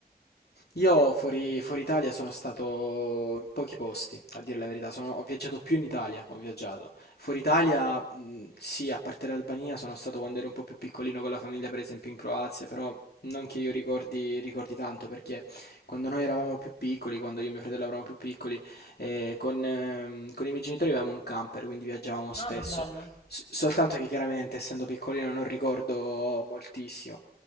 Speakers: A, on the left; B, on the left.
A: Io fuori, fuori Italia sono stato in pochi posti, a dire la verità. Sono- ho viaggiato più in Italia, ho viaggiato. Fuori Italia, mh, sì, a parte l'Albania, sono stato quando ero un po' più piccolino con la famiglia, per esempio in Croazia, però non che io ricordi, ricordi tanto, perché quando noi eravamo più piccoli, quando io e mio fratello eravamo più piccoli, eh, con, ehm, con i miei genitori avevamo un camper, quindi viaggiavamo spesso.
B: Ah, che bello.
A: S- soltanto che chiaramente, essendo piccolino, non ricordo moltissimo.